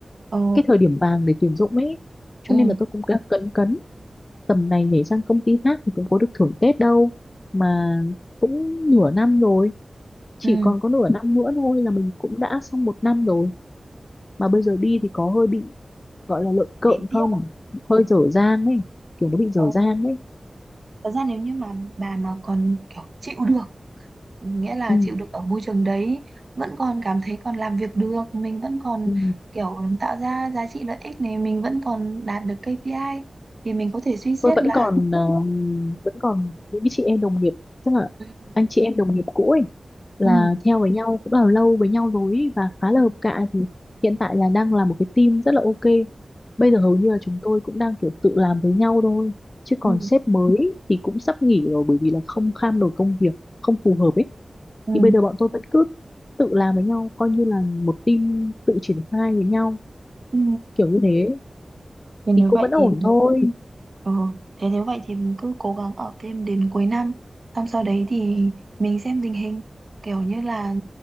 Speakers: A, on the right; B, on the left.
A: ừ
B: cái thời điểm vàng để tuyển dụng ấy. Cho
A: ừ
B: nên là tôi cũng đang cấn cấn tầm này nhảy sang công ty khác thì cũng có được thưởng Tết đâu mà cũng nửa năm rồi chỉ
A: ừ.
B: còn có nửa năm nữa thôi là mình cũng đã xong một năm rồi mà bây giờ đi thì có hơi bị gọi là lợn cợn
A: lý tiếc
B: không
A: à
B: hơi dở dang ấy kiểu nó bị dở
A: ừ.
B: dang ấy
A: thật ra nếu như mà bà mà còn kiểu chịu được nghĩa là
B: ừ.
A: chịu được ở môi trường đấy vẫn còn cảm thấy còn làm việc được mình vẫn còn
B: ừ.
A: kiểu tạo ra giá trị lợi ích này mình vẫn còn đạt được KPI thì mình có thể suy xét
B: tôi vẫn
A: là
B: còn ờ, vẫn còn những cái chị em đồng nghiệp tức là
A: ừ
B: anh chị em đồng nghiệp cũ ấy là
A: ừ
B: theo với nhau cũng là lâu với nhau rồi ấy, và khá là
A: ừ
B: hợp cạ thì hiện tại là đang là một cái team rất là ok bây giờ hầu như là chúng tôi cũng đang kiểu tự làm với nhau thôi chứ còn
A: ừ
B: sếp mới thì cũng sắp nghỉ rồi bởi vì là không kham nổi công việc không phù hợp ấy
A: ừ.
B: thì bây giờ bọn tôi vẫn cứ tự làm với nhau coi như là một team tự triển khai với nhau
A: ừ.
B: kiểu như thế
A: Thì nếu
B: thì cũng
A: vậy
B: vẫn ổn
A: thì
B: thôi
A: Ừ, thế nếu vậy thì mình cứ cố gắng ở phim đến cuối năm xong sau đấy thì mình xem tình hình kiểu như là